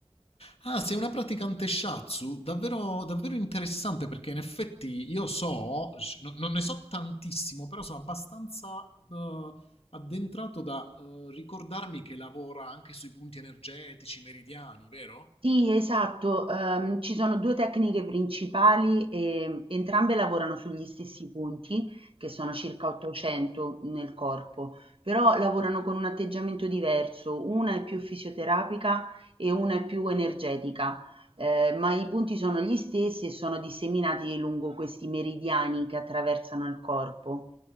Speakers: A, on the left (about 75°); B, on the right (about 65°).
A: Ah, sei una praticante shatsu? Davvero, davvero interessante perché in effetti io so, sh- no- non ne so tantissimo, però sono abbastanza eh, addentrato da eh, ricordarmi che lavora anche sui punti energetici meridiani, vero?
B: Sì, esatto. Ehm, ci sono 2 tecniche principali, ehm, entrambe lavorano sugli stessi punti, che sono circa 800 nel corpo, però lavorano con un atteggiamento diverso. Una è più fisioterapica e una è più energetica, ehm, ma i punti sono gli stessi e sono disseminati lungo questi meridiani che attraversano il corpo.